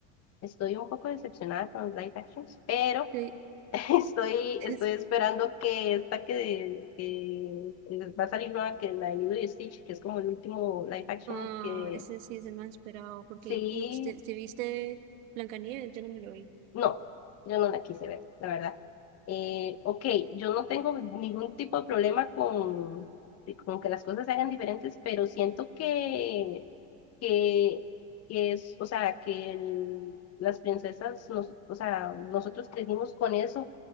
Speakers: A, on the left; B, on the right.
A: estoy un poco decepcionada con los live actions, pero
B: Sí.
A: <laughs> estoy,
B: <laughs>
A: estoy esperando que esta que, que va a salir nueva, que es la de Lilo y Stitch, que es como el último live action
B: Ah,
A: que...
B: ese sí es el más esperado, porque
A: Sí,
B: no, ¿te, te viste Blancanieves? Yo no me lo vi.
A: No, yo no la quise ver, la verdad. Eh, ok, yo no tengo ningún tipo de problema con, con que las cosas se hagan diferentes, pero siento que, que, que es, o sea, que el- las princesas, nos, o sea, nosotros crecimos con eso